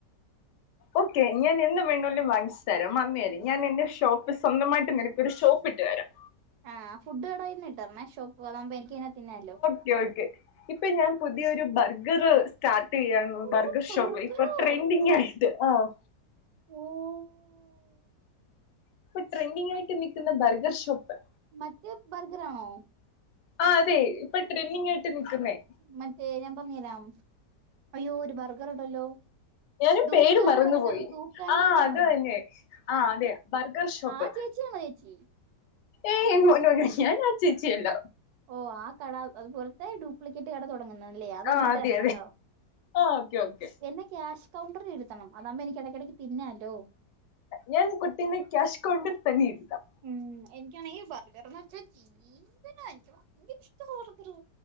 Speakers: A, on the left; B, on the right.
A: ഓക്കെ ഞാൻ എന്ത് വേണാലും വാങ്ങിച്ച്തരാം വന്നെര് ഞാൻ എന്റെ ഷോപ്പ് സ്വന്തമായിട്ട് നിനകൊരു ഷോപ്പ്ട്ട് തരാം.
B: ആഹ് ഫുഡ് കടായിന്ന്ട്ടാ ന്നഷോപ്പ് പോകൂമ്പോ നിക്കനെ തിന്നല്ലോ.
A: ഓകെ ഓകെ ഇപ്പൊ ഞാൻ പുതിയൊ ഒരു ബർഗറ് സ്റ്റാർട്ട് ചെയ്യാൻ
B: ഓ
A: ബർഗർ
B: ബർഗറോ
A: ഷോപ്പ്. ഇപ്പൊ ട്രെൻഡിങ് ആയിട്ട് ആഹ്
B: <unintelligible>
A: ഇപ്പൊ ട്രെൻഡിങ് ആയിട്ട് നിക്കുന്ന ബർഗർ ഷോപ്പ്
B: മറ്റേ ബർഗറണോ?
A: ആഹ് അതെ ഇപ്പൊ ട്രെന്നിങ്ങായിട്ട് നിക്ക്ന്നേ
B: മറ്റേ ഞാൻ പറഞ്ഞരാം അയ്യോ ഒരു ബർഗർ ഉണ്ടല്ലോ
A: ഞാനും
B: ദൂക്കാൻ
A: പേര് മറന്നുപോയി
B: ബർഗർ തൂക്കാൻ
A: ആ
B: ബർഗർ
A: അത്
B: ആണോ
A: തന്നെ ആ അതെ ബർഗർ ഷോപ്പ്
B: ആഹ് ചേച്ചി ച്ചിയാണോ ചേച്ചി
A: ഏയ് നോ നോ ഞാൻ ആഹ് ചേച്ചിയല്ല
B: ഓഹ് ആഹ് കട അതുപോലത്തെ ഡ്യൂപ്ലിക്കേറ്റ് കട തുടങ്ങുന്നത് ഇല്ലേ അതെനിക്കിട്ട്
A: ആ അതെ
B: തരണം
A: അതെ
B: കേട്ടോ
A: ആ ഓക്കെ ഓക്കെ
B: എന്നെ ക്യാഷ് കൗണ്ടറിൽ ഇരുത്തണം അതാവുമ്പോ എനിക്ക് ഇടക്കിടക്ക് തിന്നാലോ
A: ഞാൻ കുട്ടീനെ ക്യാഷാ കൗണ്ടറിൽ തന്നെ ഇരുത്താം
B: ഉം എനിക്കാണെങ്കിൽ ബർഗർന്ന് വെച്ചാ ജീവനാ എനിക്ക് ഭയങ്കര ഇഷ്ടവാ ബർഗറ്